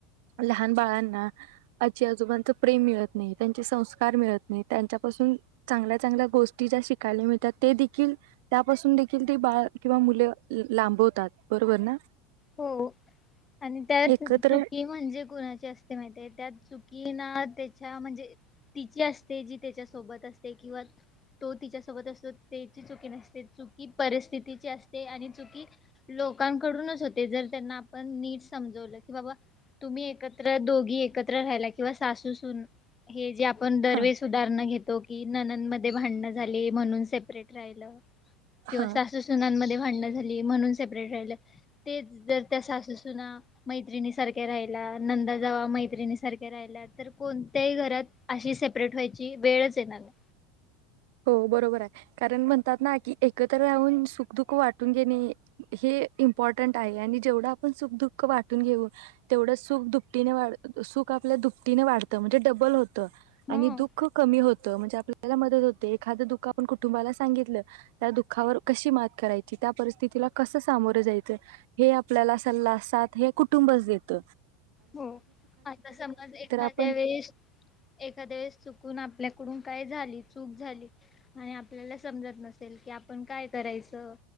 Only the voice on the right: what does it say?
लहान बाळांना आजी आजोबांच प्रेम मिळत नाही त्यांचे किंवा लहान बाळांना आजी आजोबांचं प्रेम मिळत नाही त्यांचे संस्कार मिळत नाही त्यांच्यापासून चांगल्या चांगल्या गोष्टी ज्या शिकायला मिळतात ते देखील त्यापासून देखील ते बाळ किंवा मुलं लांबवतात बरोबर ना?
एकत्र
हा
हा
हो बरोबर आहे कारण म्हणतात ना की एकत्र राहून सुखदुःख वाटून घेणे हे हे इम्पॉर्टंट आहे आणि जेवढा आपण सुखदुःख वाटून घेऊ तेवढं सुख दुपटीने सुख आपल्या दुपटीने वाढतं म्हणजे डबल होतं. त आणि
दुःख कमी होत. तो म्हणजे आपल्याला मदत होत ते एखादं दुःख आपण कुटुंबाला सांगितलं. त्या दुःखावर कशी मात करायची त्या परिस्थितीला कसं सामोरं जायचं हे आपल्याला सल्ला साथ हे कुटुंबच देत.
आपण